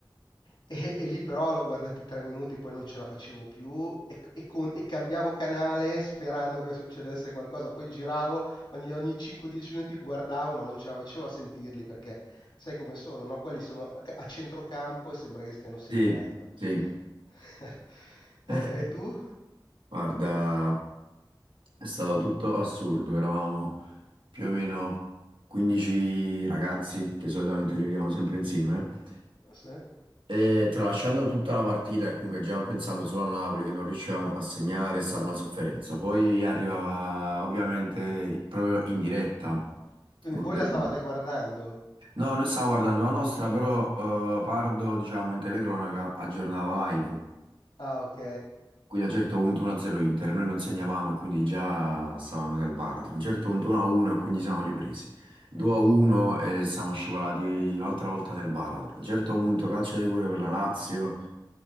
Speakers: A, on the left (about 70°); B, on the right (about 80°).
A: E, e lì però l'ho guardati tre minuti, poi non ce la facevo più e, e con- e cambiavo canale sperando che succedesse qualcosa. Poi giravo, ogni, ogni 5-10 minuti guardavo, ma non ce la facevo a sentirli perché sai come sono, no? Quelli sono a a centrocampo e sembra che stiano segnando.
B: Sì, sì.
A: <laughs>
B: <laughs>
A: E, e tu?
B: Guarda, è stato tutto assurdo. Eravamo più o meno 15 ragazzi, che solitamente li vediamo sempre insieme.
A: Sì.
B: E tralasciando tutta la partita e comunque già pensando solo al Napoli che non riuscivamo a segnare, è stata una sofferenza. Poi arrivava ovviamente proprio in diretta.
A: Quindi
B: gol
A: voi
B: del-
A: la stavate guardando?
B: No, noi stavamo guardando la nostra, però eh, Pardo, diciamo, in telecronaca aggiornava live.
A: Ah, ok.
B: Quindi a un certo punto 1-0 Inter, noi non segnavamo e quindi già stavamo nel baratro. A un certo punto 1-1 e quindi siamo ripresi. 2-1 e siamo scivolati un'altra volta nel baratro. A un certo punto calcio di rigore per la Lazio,